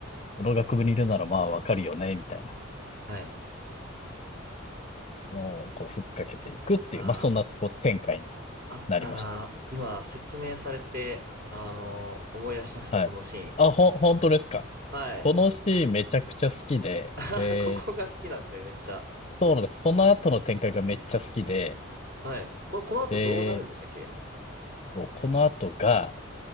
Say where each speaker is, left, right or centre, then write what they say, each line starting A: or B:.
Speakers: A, on the left; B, on the right.
A: その学部にいるならまあわかるよねみたいな。
B: はい。
A: の、こう、ふっかけていくっていう、
B: あ
A: まあ、そんな、こう、展開に
B: あ、あったな。
A: なりまし
B: 今、説明されて、あのー思い出しました、
A: た。はい。
B: そのシーン。
A: あ、ほん、本当ですか。
B: はい。
A: このシーンめちゃくちゃ好きで、
B: <laughs>
A: で、
B: ここが好きなんですね、めっちゃ。
A: そうなんです。この後の展開がめっちゃ好きで、
B: はい。こ、この後どうなるんでしたっけ
A: で、そうこの後が、